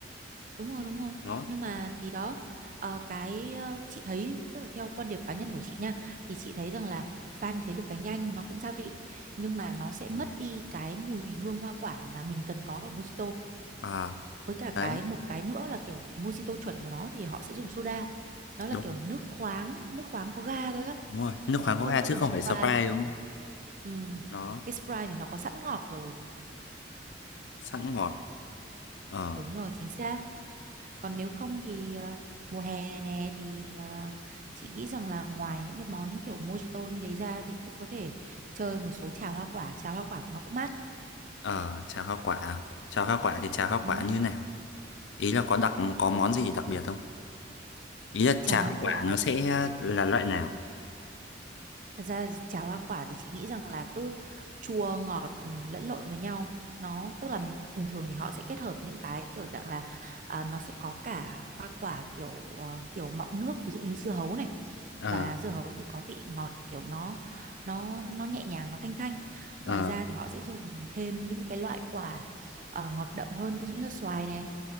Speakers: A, on the right; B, on the left.
A: đúng rồi đúng rồi
B: đó
A: nhưng mà thì đó ờ, cái ờ, chị thấy tức là theo quan điểm cá nhân của chị nha thì chị thấy rằng là pha như thế được cái nhanh nó cũng gia vị nhưng mà nó sẽ mất
B: ừ.
A: đi cái mùi hương hoa quả mà mình cần có ở mojito
B: à
A: với cả
B: đấy
A: cái một cái nữa là kiểu mojito chuẩn của nó thì họ sẽ dùng soda nó là
B: đúng
A: kiểu nước khoáng nước khoáng có ga thôi á
B: đúng rồi nước
A: chứ
B: khoáng
A: không
B: coca
A: có
B: chứ
A: dùng
B: không
A: Sprite
B: phải Sprite đúng không
A: ừ.
B: nó
A: cái Sprite thì nó có sẵn ngọt rồi
B: sẵn ngọt ờ
A: đúng rồi chính xác Còn nếu không thì ờ, mùa hè này nè thì ờ, chị nghĩ rằng là ngoài những cái món kiểu mojito như thế ra thì cũng có thể chơi một số trà hoa quả. Trà hoa quả nó cũng mát.
B: ờ trà hoa quả à? trà hoa quả thì trà hoa
A: Ừ.
B: quả như nào ý là có đặc có món gì đặc biệt không ý là
A: Trà
B: trà
A: hoa
B: hoa quả
A: quả
B: nó sẽ là loại nào
A: Thật ra cháo hoa quả thì chị nghĩ rằng là cứ chua ngọt ừ, lẫn lộn với nhau nó tức là thường thường thì họ sẽ kết hợp những cái kiểu dạng là à, nó sẽ có cả hoa quả kiểu ờ, kiểu mọng nước ví dụ như dưa hấu này
B: ờ
A: và dưa hấu thì có vị ngọt kiểu nó nó nó nhẹ nhàng nó thanh thanh ngoài
B: ờ
A: ra thì họ sẽ dùng thêm những cái loại quả ờ, ngọt đậm hơn ví dụ như xoài này